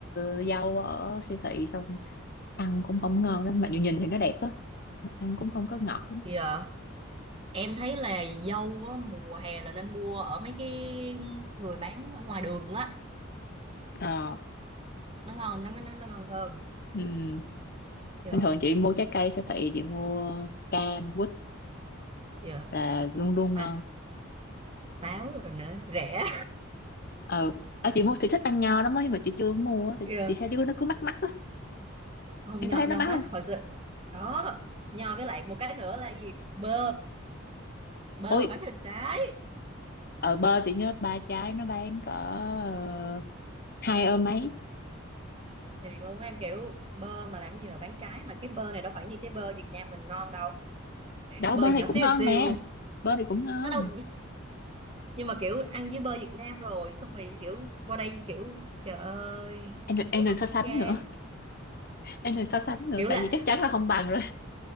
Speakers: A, on the left; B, on the right.
A: ờ, rau ở siêu thị xong ăn cũng không ngon lắm mặc dù nhìn thì nó đẹp á mà ăn cũng không có ngọt lắm
B: yeah. em thấy là dâu á, mùa hè là nên mua ở mấy cái người bán ở ngoài đường á
A: ờ
B: nó ngon nó nó, nó ngon hơn
A: ừ.
B: Dạ
A: bình thường chị mua trái cây siêu thị chị mua cam quýt
B: Yeah.
A: là luôn luôn
B: Ta,
A: ngon
B: táo rồi nữa rẻ
A: ờ ở chị mua thì thích ăn nho lắm ấy mà chị chưa mua á, thì
B: <laughs>
A: chị chị thấy đứa nó cứ mắc mắc á
B: không
A: em
B: nho
A: có thấy nó
B: nho
A: mắc
B: mắc
A: không
B: hồi xưa có nho với lại một cái nữa là gì bơ bơ
A: ôi
B: mà bán thịt trái
A: ở bơ chị nhớ ba trái nó bán cỡ ờ, hai ơ mấy
B: thiệt luôn em kiểu bơ mà làm gì mà bán trái mà cái bơ này đâu phải như trái bơ Việt Nam mình ngon đâu
A: đâu
B: bơ
A: bơ
B: gì
A: này
B: nhỏ
A: cũng
B: xíu
A: ngon
B: xíu
A: mà bơ này cũng ngon
B: nó đâu nhưng mà kiểu ăn với bơ Việt Nam rồi xong rồi kiểu qua đây kiểu trời ơi
A: em đừng- em
B: kiểu
A: đừng
B: ăn
A: so
B: nó
A: sánh
B: chán
A: nữa em đừng so sánh nữa
B: kiểu
A: tại
B: là
A: vì chắc chắn là không bằng rồi